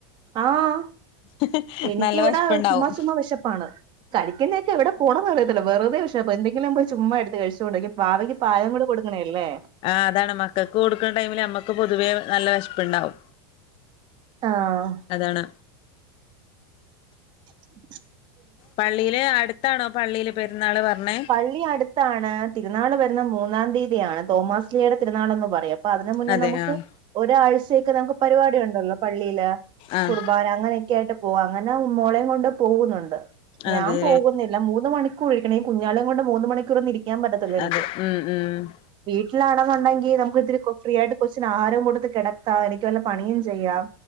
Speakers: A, on the right; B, on the left.
A: ആഹ്
B: <unintelligible>
A: എനക്കിവിടെ
B: വിശപ്പുണ്ടാവും
A: ചുമ്മാ ചുമ്മാ വിശപ്പാണ് കഴിക്കുന്നതൊക്കെ എവിടെ പോണതറിയത്തില്ല വെറുതെ വിശപ്പാ എന്തങ്കിലും ചുമ്മാ എടുത്ത് കഴിച്ചോണ്ടിരിക്കും വാവയ്ക്ക് പാൽ കൂടി കൊടുക്കണേല്ലേ
B: ആ അതാണ് മക്കക്ക് കൊടുക്ക്‌ണ ടൈമില് അമ്മക്ക് പൊതുവേ നല്ല വെശപ്പുണ്ടാവും
A: ആഹ്
B: അതാണ്
A: ഉ <inaudible>
B: പള്ളിയില് അടുത്താണോ പള്ളിയില് പെരുന്നാള് പറഞ്ഞേ
A: പള്ളി അടുത്താണ് തിരുനാള് വരുന്ന മൂന്നാം തീയതിയാണ് തോമാസ്ലിയുടെ തിരുനാൾ എന്ന് പറയും അപ്പൊ അതിന് മുന്നേ
B: അതെ
A: നമുക്ക്
B: ആഹ്
A: ഒരാഴ്ചയക്ക് നമുക്ക് പരിപാടി ഉണ്ടല്ലോ പള്ളിയില്
B: ആഹ്
A: കുർബാന അങ്ങനെയൊക്കെ ആയിട്ട് പോക അങ്ങനെ മോളെയയും കൊണ്ട് പോകുന്നുണ്ട് ഞാൻ
B: അതെ
A: പോകുന്നില്ല ഇല്ല മൂന്ന് മണിക്കൂർ ഇരിക്കണം ഈ കുഞ്ഞാളേയും കൊണ്ട് മൂന്ന് മണിക്കൂറൊന്നും ഇരിക്കാൻ പറ്റത്തില്ല എനിക്ക്
B: അതെ ഉം ഉം
A: വീട്ടിലാണെന്നുണ്ടെങ്കിൽ നമുക്ക് ഇത്തിരി ഫ്രീ ആയിട്ട് കൊച്ചിന് ആഹാരവും കൊടുത്ത് കിടത്താം എനിക്ക് വല്ല പണിയും ചെയ്യാം